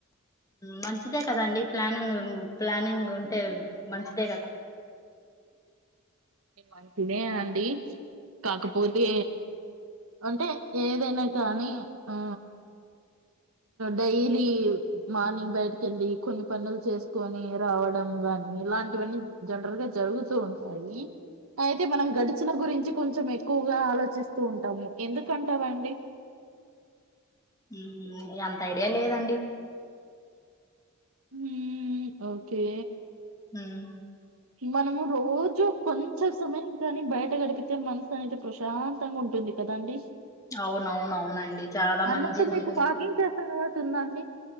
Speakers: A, on the left; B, on the right.
A: మంచిదే కదండి ప్లానింగ్ ప్లానింగ్ ఉంటే మంచిదే కదా
B: మంచిదే అండి కాకపోతే అంటే ఏదైనా కానీ ఆ డైలీ మార్నింగ్ బయటకి వెళ్ళి కొన్ని పనులు చేసుకొని రావడం గాని ఇలాంటివన్నీ జనరల్గా జరుగుతూ ఉంటాయి అయితే మనం గడిచిన గురించి కొంచెం ఎక్కువగా ఆలోచిస్తూ ఉంటాము ఎందుకంటావండి
A: ఉమ్ ఇగ అంత ఐడియా లేదండి
B: ఉమ్.. ఓకే
A: ఉమ్
B: మనము రోజు కొంచెం సమయం కానీ బయట గడిపితే మనసు అనేది ప్రశాంతంగా ఉంటుంది కదాండి
A: అవునవునవునండి చాలా
B: అన్నట్టు
A: మంచిగా
B: మీకు
A: ఉంటుంది
B: వాకింగ్ చేసే అలవాటు ఉందా అండి